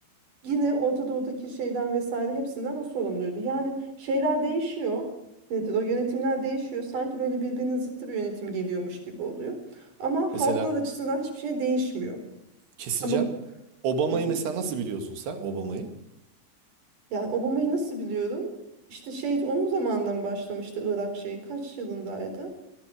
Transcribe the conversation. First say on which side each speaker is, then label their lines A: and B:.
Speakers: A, on the right; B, on the right.
A: Yine Orta Doğu'daki şeyden vesaire hepsinden o sorumluydu. Yani şeyler değişiyor. Nedir o? Yönetimler değişiyor. Sanki böyle birbirinin zıttı bir yönetim geliyormuş gibi oluyor. Ama
B: Mesela
A: halklar açısından hiçbir şey değişmiyor.
B: keseceğim.
A: Ama
B: Obama'yı
A: Hı hı.
B: mesela nasıl biliyorsun sen Obama'yı?
A: yani Obama'yı nasıl biliyorum? İşte şey onun zamanından başlamıştı Irak şeyi. Kaç yılındaydı?